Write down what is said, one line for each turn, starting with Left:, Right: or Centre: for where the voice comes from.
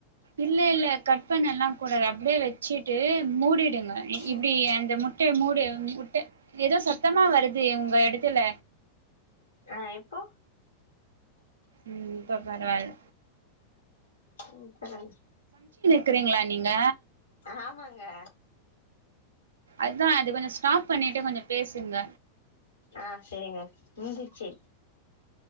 Right: இல்ல இல்ல கட் பண்ண எல்லா கூடாது அப்டியே வச்சிட்டு மூடிடுங்க.
Left: ம்
Right: இப்டி அந்த முட்டைய மூடி முட்ட எதோ சத்தமா வருது உங்க எடத்துல
Left: ஆ இப்போ
Right: ம் இப்ப பரவால
Left: ம் சொல்லுங்
Right: இருக்குறீங்களா நீங்க
Left: ஆமாங்க
Right: அதா அது கொஞ்சோ ஸ்டாப் பண்ணிட்டு கொஞ்ச பேசுங்க.
Left: ஆ செரிங்க முடிஞ்சிச்சு